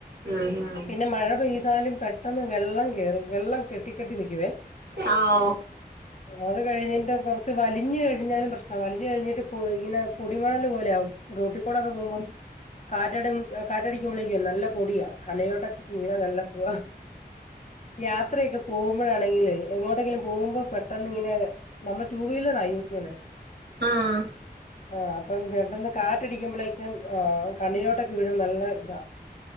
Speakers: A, on the right; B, on the left.
A: ഉം ഹും
B: പിന്നെ മഴ പെയ്താലും പെട്ടെന്ന് വെള്ളം കേറും വെള്ളം കെട്ടി കെട്ടി നിക്കുവേ
A: ആഹ് ഓ
B: അത് കഴിഞ്ഞിട്ടു കൊറച്ച് വലിഞ്ഞ് കഴി വലിഞ്ഞാലും പ്രശ്നാ വലിഞ്ഞു കഴിഞ്ഞിട്ട് പൊ ഇങ്ങനെ പൊടിമണല് പോലെയാകും റോട്ടിക്കൂടൊക്കെ പോമ്പം കാറ്റടി കാറ്റടിക്കുമ്പളെക്കും നല്ല പൊടിയാ കണ്ണിലോട്ടൊക്കെ വീണാ നല്ല സുഖാ യാത്രയൊക്കെ പോകുമ്പോഴാണെങ്കിലെ എങ്ങോട്ടെങ്കിലും പോകുമ്പോ പെട്ടന്ന് ഇങ്ങനെ നമ്മൾ ടു വീലറാ യൂസ് ചെയ്യുന്നേ
A: ആഹ്
B: ആഹ് അപ്പം പെട്ടന്ന് കാറ്റടിക്കുമ്പോഴേക്കും ആ കണ്ണിലോട്ടൊക്കെ വീഴും നല്ല ഇതാ